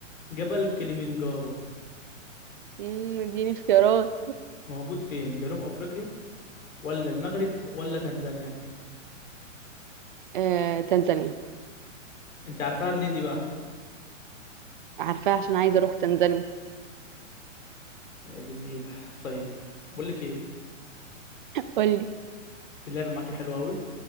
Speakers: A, on the left; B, on the right.
A: جبل كليمنجارو
B: مم، اديني اختيارات
A: موجود فين جنوب افريقيا ولا المغرب ولا تنزانيا
B: آه، تنزانيا
A: انت عارفاها منين دي بقى
B: عارفاها عشان عايزة اروح تنزانيا
A: يا دي النيل طيب بقول لك ايه
B: قولي
A: اللعبه معاكي حلوه قوي